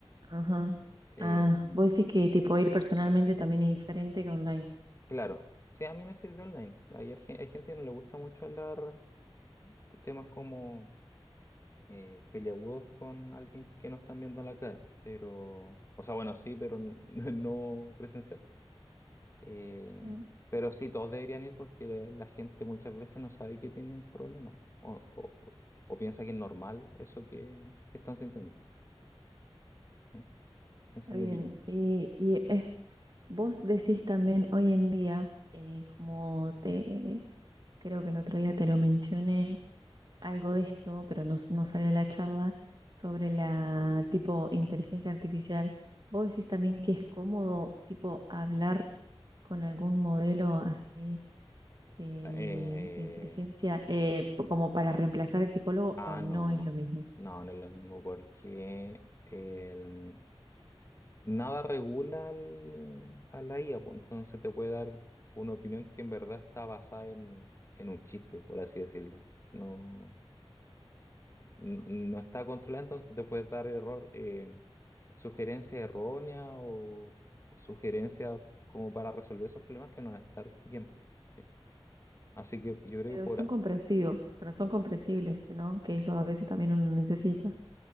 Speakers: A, on the right; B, on the left.
A: Ajá.
B: Eh,
A: Ah, vos decís que tipo ir personalmente también es diferente que online.
B: Claro, sí, a mí me sirvió online. Hay, arge- hay gente que no le gusta mucho hablar temas como eh, peliagudos con alguien que no están viendo la cara, pero, o sea, bueno, sí, pero n- <laughs> no presencial. Eh,
A: Ujú.
B: pero sí, todos deberían ir porque la gente muchas veces no sabe que tiene problemas po, o, o- o- o piensa que es normal eso que, que están sintiendo. ¿sí? Esa
A: Está
B: es mi
A: bien.
B: opinión.
A: Y, y es Vos decís también hoy en día, eh, como te creo que el otro día te lo mencioné, algo de esto, pero no, s- no salió de la charla, sobre la tipo inteligencia artificial. Vos decís también que es cómodo tipo hablar con algún modelo así de,
B: Eh,
A: de inteligencia eh, p- como para reemplazar al psicólogo
B: ah,
A: o no
B: no,
A: es lo mismo.
B: no, no es lo mismo porque... el nada regula al- a la IA, pues entonces te puede dar una opinión que en verdad está basada en, en un chiste, por así decirlo. No, n- no está controlada, entonces te puedes dar error, eh, sugerencias erróneas o, o sugerencias como para resolver esos problemas que no van a estar bien. ¿sí? Así que yo creo
A: Pero
B: que por...
A: son comprensivos, pero son comprensibles, ¿no? Que eso a veces también uno necesita,